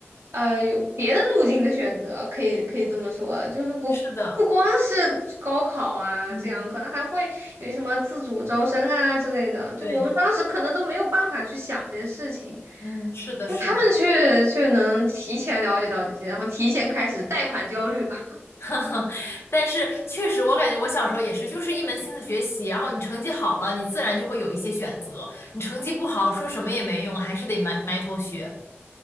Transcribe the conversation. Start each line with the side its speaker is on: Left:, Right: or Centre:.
Right: 呃有别的路径的选择，可以可以这么说，就是不。
Left: 是的，
Right: 不光是高考啊，
Left: 嗯，
Right: 这样可能还会有什么自主招生啊之类的。
Left: 对，
Right: 就我们当时可能都没有办法去想这些事情。
Left: 嗯，是的，是的。
Right: 那他们却却能提前了解到这些，然后提前开始贷款焦虑吧。
Left: <laughs> 但是确实，我感觉我小时候也是，就是一门心思学习，然后你成绩好了，你自然就会有一些选择；你成绩不好，说什么也没用，还是得埋埋头学。